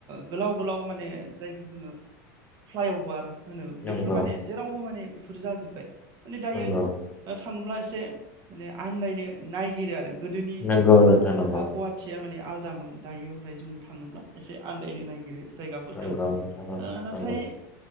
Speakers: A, on the right; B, on the left.
A: गोलाव गोलाव माने जायखौ जोङो फ्लाइअभार होनो
B: नंगौ
A: बेफोर माने जेरावबो माने बेफोर जाजोब्बाय।। माने दायो
B: नंगौ
A: थाङोब्ला एसे माने आन्दायनो नायगिरो आरो। गोदोनि
B: नंगौ नोंथां नंगौ
A: गुवाहाटिया माने माने आलादामोन दायो ओमफ्राय जोङो थाङोब्ला एसे आन्दायनो नागिरो जायगाफोरखौ।
B: नंगौ
A: ओ
B: नोंथां नंगौ
A: नाथाय
B: नंगौ